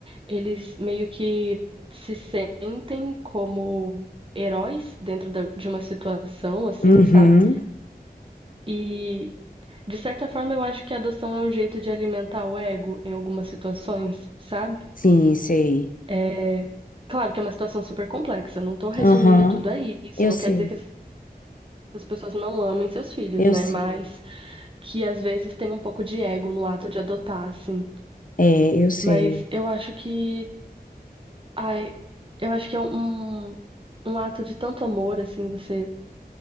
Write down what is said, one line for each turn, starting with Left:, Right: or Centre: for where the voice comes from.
Right: eles meio que se sentem como heróis dentro da- de uma situação assim,
Left: Uhum.
Right: sabe? E, de certa forma, eu acho que a adoção é um jeito de alimentar o ego em algumas situações, sabe?
Left: Sim, sei.
Right: É... Claro que é uma situação super complexa, não tô resumindo
Left: Aham,
Right: tudo a isso,
Left: Eu
Right: não
Left: sei,
Right: quer dizer que essas pessoas não amem seus filhos,
Left: eu
Right: né?
Left: sei.
Right: Mas que às vezes tem um pouco de ego no ato de adotar, assim.
Left: É, eu sei.
Right: Mas eu acho que. Ai, eu acho que é um, um ato de tanto amor, assim, você